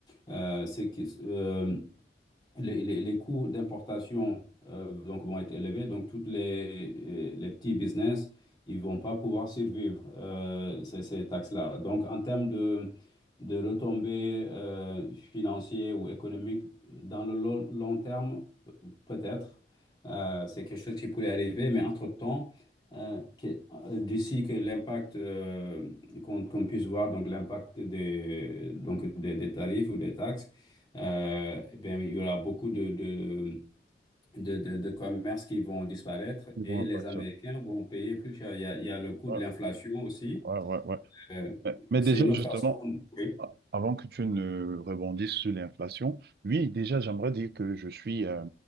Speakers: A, on the left (about 25°); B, on the right (about 55°).
A: euh, c'est qu'ils, euh, les, les- les coûts d'importation euh, donc vont être élevés. Donc, toutes les, euh, les petits business, ils vont pas pouvoir survivre euh, ces, ces taxes-là. Donc, en termes de, de retombées euh, financières ou économiques, dans le lo- long, terme, pe- peut-être, euh, c'est quelque chose qui pourrait arriver, mais entre-temps, euh, que- euh, d'ici que l'impact euh, qu'on qu'on puisse voir, donc l'impact des, donc des des tarifs ou des taxes, euh, eh bien, il y aura beaucoup de, de, de, de- de commerces qui vont disparaître
B: Ils
A: et
B: vont impacter
A: les Américains
B: ça.
A: vont payer plus cher. Il y a, il y a le coût
B: Ouais,
A: de l'inflation aussi.
B: ouais, ouais, ouais.
A: Euh,
B: Mais, mais
A: c'est
B: déjà,
A: une autre
B: justement,
A: façon. Oui.
B: Ah, Avant que tu ne rebondisses sur l'inflation, oui, déjà, j'aimerais dire que je suis, euh,